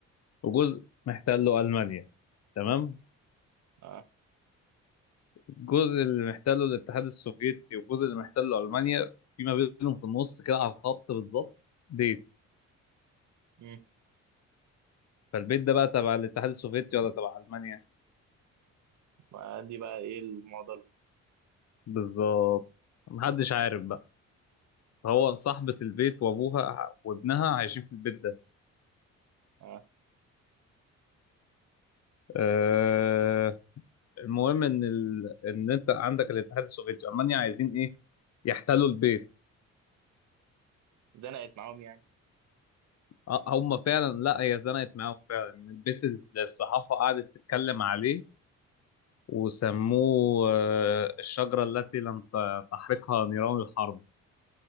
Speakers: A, on the left (about 55°); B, on the right (about 70°).
A: وجزء محتله المانيا تمام
B: اه
A: الجزء اللي محتله الاتحاد السوفيتي والجزء اللي محتله المانيا فيما بينهم في النص كده على الخط بالظبط بيت
B: مم.
A: فالبيت ده بقى تبع الاتحاد السوفيتي ولا تبع المانيا
B: ما دي بقى ايه المعضله
A: بالظبط محدش عارف بقى هو صاحبة البيت وابوها وابنها عايشين في البيت ده
B: اه
A: أه المهم ان ال... ان انت عندك الاتحاد السوفيتي المانيا عايزين ايه يحتلوا البيت
B: زنقت معاهم يعني
A: آه، هم فعلا لا هي زنقت معاهم فعلا البيت اللي الصحافة قعدت تتكلم عليه وسموه آه، الشجرة التي لم ت- تحرقها نيران الحرب